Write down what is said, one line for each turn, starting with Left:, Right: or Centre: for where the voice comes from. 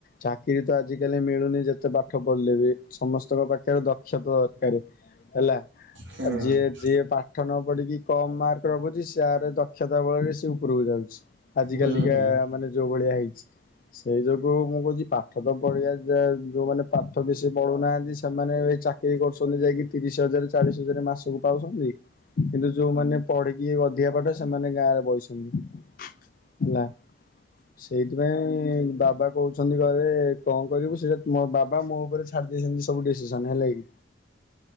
Left: ଚାକିରି ତ ଆଜିକାଲି ମିଳୁନି ଯେତେ ପାଠ ପଢ଼ିଲେ ବି। ସମସ୍ତଙ୍କ ପାଖରେ ଦକ୍ଷତା ଦରକାର ହେଲା
Right: ହୁଁ
Left: ଆଉ ଯିଏ ଯିଏ ପାଠନ ପଡ଼ିକି କମ୍ ମାର୍କ ରଖୁଛି ସାର ଦକ୍ଷତା ବଳରେ ସେ ଉପରକୁ ଯାଉଛି। ଆଜି
Right: ହୁଁ
Left: କାଲିିକା
Right: ହୁଁ।
Left: ମାନେ ଯୋଉ ଭଳିଆ ହେଇଚି। ସେଇ ଯୋଗୁ ମୁଁ କହୁଛି ପାଠ ତ ପଢିବା ଯୋଉମାନେ ପାଠ ବେଶି ପଢୁନାହାନ୍ତି ସେମାନେ ଚାକିରି କରୁଛନ୍ତି ଯାଇକି ତିରିଶ ହଜାର ଚାଳିଶ ହଜାର ମାସକୁ ପାଉଛନ୍ତି କିନ୍ତୁ ଯୋଉମାନେ ପଢିକି ଅଧିକପାଠ ସେମାନେ ଗାଁରେ ବଇସ ହୁଁ ହେଲା ସେଇଥିପାଇଁ ବାବା କହୁଛନ୍ତି ଘରେ କଣ କରିବୁ ସେଇଟା ମୋ ବାବା ମୋ ଉପରେ ଛାଡି ଦେଇେଇଛନ୍ତି ସବୁ ଡିସିସନ ହେଲାକି।